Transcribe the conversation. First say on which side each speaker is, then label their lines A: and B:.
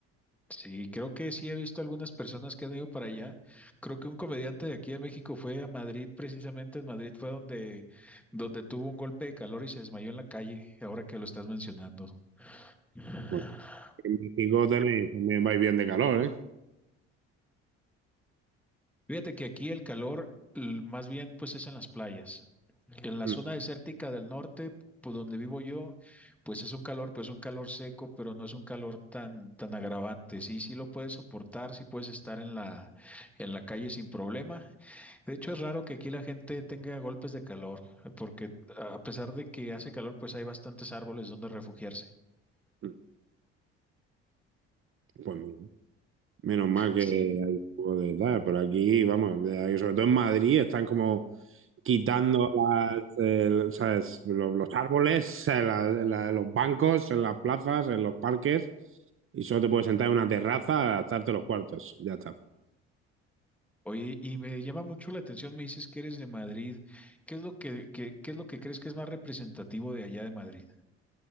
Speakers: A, in the centre; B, on the right (about 45°).
A: Sí, creo que sí he visto algunas personas que han ido para allá. Creo que un comediante de aquí de México fue a Madrid, precisamente en Madrid fue donde, donde tuvo un golpe de calor y se desmayó en la calle, ahora que lo estás mencionando. <laughs>
B: Pues en México tenéis, también vais bien de calor, ¿eh?
A: Fíjate que aquí el calor l- más bien pues es en las playas. En la
B: Mm,
A: zona desértica del norte, por donde vivo yo, pues es un calor, pues un calor seco, pero no es un calor tan, tan agravante. Sí, sí lo puedes soportar, sí puedes estar en la, en la calle sin problema. De hecho, es raro que aquí la gente tenga golpes de calor, porque a pesar de que hace calor, pues hay bastantes árboles donde refugiarse.
B: mm. Pues mira, menos mal que
A: Sí.
B: hay un poco de tal, pero aquí, vamos, de- ahí, sobre todo en Madrid están como quitando las, eh, ¿sabes? Los, los árboles, eh, la- la- los bancos, en las plazas, en los parques, y solo te puedes sentar en una terraza a gastarte los cuartos, ya está.
A: Oye, y me llama mucho la atención, me dices que eres de Madrid. ¿Qué es lo que, que- qué es lo que crees que es más representativo de allá de Madrid?